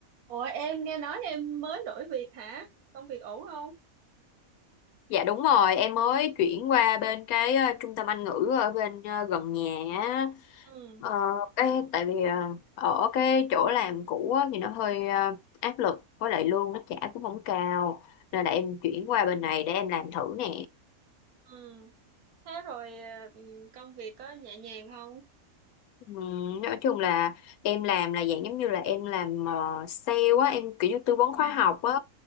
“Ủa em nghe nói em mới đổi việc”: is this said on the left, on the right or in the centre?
Right